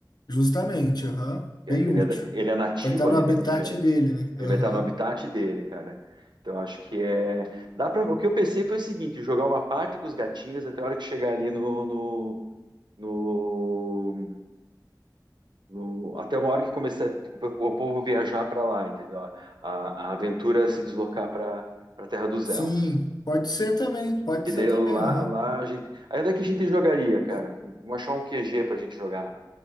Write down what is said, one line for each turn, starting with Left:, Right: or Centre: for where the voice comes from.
Left: Justamente, aham.
Right: É
Left: Bem
Right: que
Left: útil.
Right: ele é, ele é nativo
Left: Vai estar no
Right: ali
Left: habitat
Right: da região.
Left: dele, né?
Right: Ele
Left: Aham.
Right: vai estar no habitat dele, cara. Então acho que é, dá para. O que eu pensei foi o seguinte: jogar uma parte com os gatinhos até a hora que chegar ali no, no, no- no- até uma hora que começar tipo, o povo viajar para lá, entendeu? A, a aventura se deslocar para para Terra dos
Left: Sim,
Right: Elfos.
Left: pode ser também, pode
Right: Que
Left: ser
Right: daí
Left: também,
Right: lá,
Left: aham.
Right: lá a gente. Aí onde é que a gente jogaria, cara?
Left: Ô,
Right: Vamos achar um QG pra gente jogar.